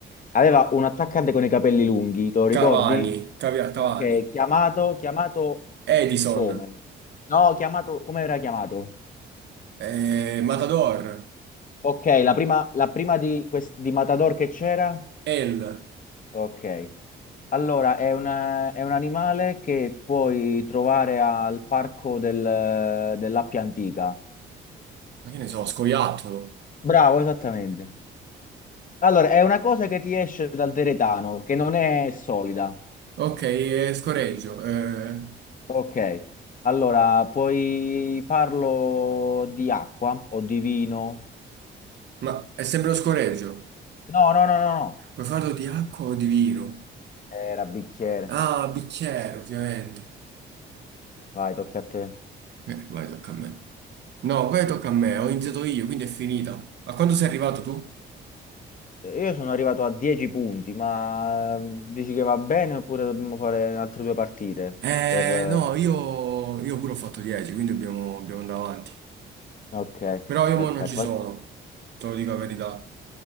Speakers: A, on the left; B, on the right.
A: Aveva un attaccante con i capelli lunghi, te lo ricordi?
B: Cavani. Cavia- Cavani.
A: Ok, chiamato, chiamato
B: Edison.
A: come? No, chiamato, come era chiamato?
B: eh, Matador.
A: Ok, la prima, la prima di, quest- di Matador che c'era?
B: El.
A: Ok. Allora, è una- è un animale che puoi trovare al parco del- dell'Appia Antica.
B: Ma che ne so, Scoiattolo.
A: Bravo, esattamente. Allora, è una cosa che ti esce dal deretano, che non è solida.
B: Ok, eh, scoreggio. eh,
A: Ok. Allora, puoi farlo di acqua o di vino?
B: ma è sempre lo scoreggio.
A: No, no, no, no, no.
B: Puoi farlo di acqua o di vino?
A: Era bicchiere.
B: Ah, bicchiere, ovviamente.
A: Vai, tocca a te.
B: Eh, vai, tocca a me. No, poi tocca a me. Ho iniziato io, quindi è finita. A quando sei arrivato tu?
A: Io sono arrivato a 10 punti, ma ehm, dici che va bene oppure dobbiamo fare altre due partite?
B: Eh,
A: Per... eh,
B: no, io, io pure ho fatto 10, quindi dobbiamo, dobbiamo andare avanti.
A: Ok,
B: Però io
A: perfetto.
B: mo non ci
A: Ma
B: sono, te lo dico la verità.